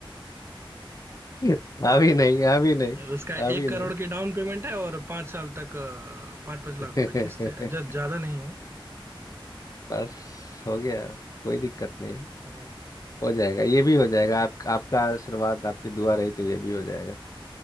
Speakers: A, on the left; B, on the right.
A: अभी नहीं अभी नहीं
B: उसका
A: अभी
B: एक करोड़
A: नहीं
B: की डाउन पेमेंट है और पाँच साल तक अ, पाँच पाँच
A: <laughs>
B: लाख रुपए किस्त है जस्ट ज्यादा नहीं है
A: बस हो गया कोई दिक्कत नहीं है।
B: हम्म।
A: हो जाएगा ये भी हो जाएगा आप आपका आशीर्वाद आपकी दुआ रही तो ये भी हो जाएगा